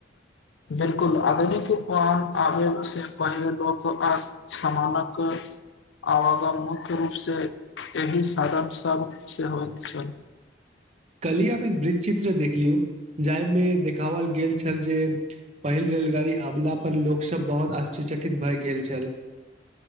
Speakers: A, on the left; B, on the right.
A: बिल्कुल, आधुनिक वन आबै सँ पहि लोक आ समानक आवागम मुख्य रूपसँ एहि साधन सभ सँ होइत छल।
B: कलही हम एक वृत चित्र देखलियौ जाहिमे कावल गेल छल जे, पहिल रेलगाड़ी आबला पर लोक सब सभ बहुत आश्चरचकित भए गेल छल।